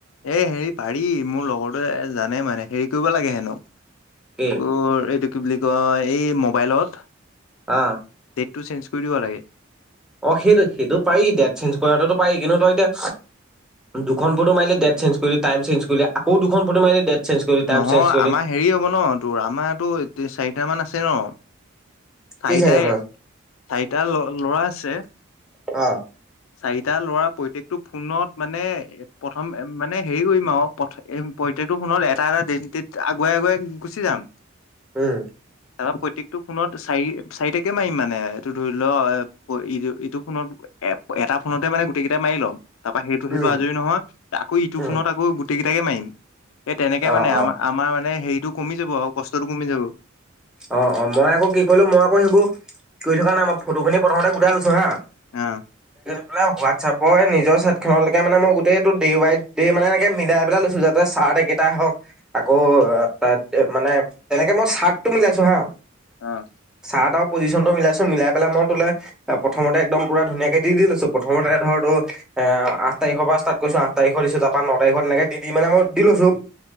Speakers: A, on the left; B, in the centre.
A: এ হেৰি পাৰি মোৰ লগৰটোৱে জানে মানে হেৰি কৰিব লাগে হেনো
B: কি
A: এই এইটো কি বুলি কয় এই মোবাইলত
B: অহ।
A: টো চেঞজ কৰি দিব লাগে।
B: অ', সেইটো সেইটো পাৰি ডেট চেঞ্জ কৰাটোতো পাৰি, কিন্তু তই এতিয়া দুখন ফটো মাৰিলে ডেট চেঞ্ কৰিলেটাইম চেঞ্জ কৰিলে আকৌ দুখন ফটো মাৰিলে ডেট চেঞ্জ কৰিলি টাইম
A: নহয়
B: চেঞ্জ কৰিলি
A: আমাৰ হেৰি হ'ব ন, তোৰ আমাৰো চাৰিট মান আছে ন? চাৰিটাই,
B: কি চাৰিটা মান আছে।
A: চাৰিটা ল, লৰা আছে।
B: অ
A: চাৰিটা ল'ৰা প্ৰত্যেকটো ফোনত মানে প্ৰথম মানে হেৰি কৰিম আৰু গেটো ফোনত এটা এটা দিন তত আগুৱাই আগুৱাই গুচি যাম
B: উম।
A: তাৰপৰা প্ৰত্যেকটো ফোনত চাৰি চাৰিটাকে মাৰিম মানে এইটো ধৰি লোৱা ই ইটো ফোনত এ এটা ফোনতে মানে গোটেই কেইটা মাৰি ল'ম তাৰ পৰা সেইটো সেইটো
B: উম
A: আজৰি নহয় আকৌ ইটো
B: উম
A: ফোনত আকৌ গোটেইকেইটাকে মাৰিম। এই তেনেকে
B: অ
A: মানে আমাৰ
B: অ
A: আমাৰ মানে হেৰিটো কমি যাব আৰু কষ্টতটো কমি যাব।
B: অ', অ', মই আকৌ কি কৰিলো মই আকৌ সেইবোৰ কৰি থকা নাই মই ফটো খিনি প্ৰথমতে গোটাই লৈছো হা
A: অহ
B: হোৱাটছএপৰ নিজৰ চাইট খনৰলৈকে মে মই গোটেই এইটো ডে ৱাই ডে মানে এনেকে মিলাই পেলাই লৈছো যাতে চ ত একেইটাই হওঁক, আকৌ তাত মানে তেনেকে মই চাৰ্টটো মিলাইছো হা
A: অহ।
B: ত পজিচ্যনটো মিলাইছো মিলাই পেলাই মই তোলে প্ৰথমতে একদম পুৰা ধুনীয়াকে দি দি লৈছো প্ৰথমতে ধৰ তো অ', আঠ তাৰিখৰ পৰা ষ্টাৰ্ট কৰিছো আঠ তাৰিখৰ দিছো তাৰপৰা ন তাৰিখত তেনেকে দি দি মান মই দি লৈছো।